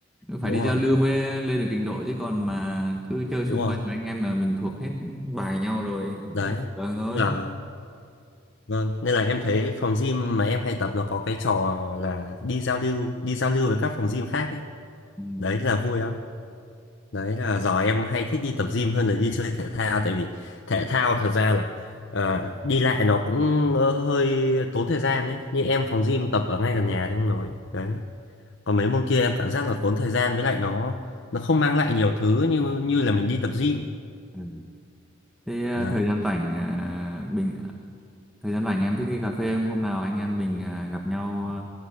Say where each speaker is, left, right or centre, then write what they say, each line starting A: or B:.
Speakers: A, in the centre; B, on the left.
A: phải
B: đúng
A: đi
B: rồi
A: giao lưu mới lên được trình độ chứ còn mà cứ chơi xung
B: đúng rồi
A: quanh với anh em là mình thuộc hết bài nhau rồi cũng
B: đấy
A: bình thường thôi
B: Tức là vâng nên là em thấy phòng gym mà em hay tập nó có cái trò là đi giao lưu đi giao lưu với các phòng gym khác ấy
A: ừ.
B: đấy là vui lắm đấy là giờ em hay thích đi tập gym hơn là đi chơi thể thao tại vì thể thao thật ra là ờ, đi lại nó cũng ờ, hơi tốn thời gian ấy như em phòng gym tập ở ngay gần nhà thì không nói đấy còn mấy môn kia em cảm giác là tốn thời gian với lại nó nó không mang lại nhiều thứ như như là mình đi tập gym
A: Ừ. thế ờ,
B: đấy
A: thời gian rảnh ờ, mình thời gian rảnh em thích đi cà phê không hôm nào anh em mình ờ, gặp nhau ờ,